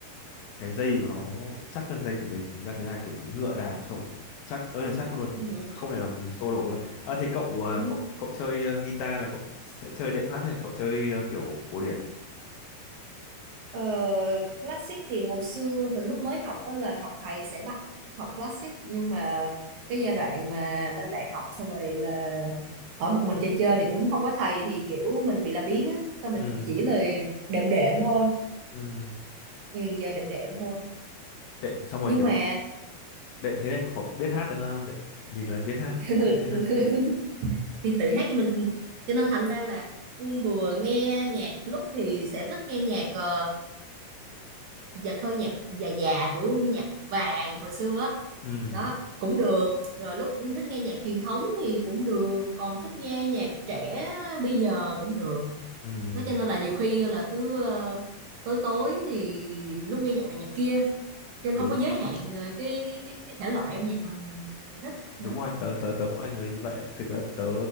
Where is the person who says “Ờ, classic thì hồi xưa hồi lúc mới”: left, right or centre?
Right